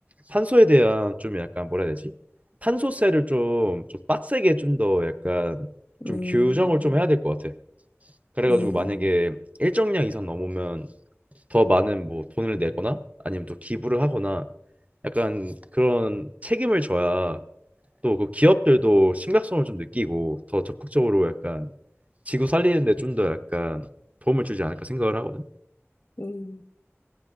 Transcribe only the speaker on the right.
탄소에 대한 좀 약간 뭐라 해야 되지? 탄소세를 좀, 좀 빡세게 좀 더 약간 좀
규정을 좀 해야 될 것 같아. 그래가지고
만약에 일정량 이상 넘으면 더 많은 뭐 돈을 내거나 아니면 또 기부를 하거나 약간 그런 책임을 져야 또 그 기업들도 심각성을 좀 느끼고 더 적극적으로 약간 지구 살리는 데 좀 더 약간 도움을 주지 않을까 생각을 하거든.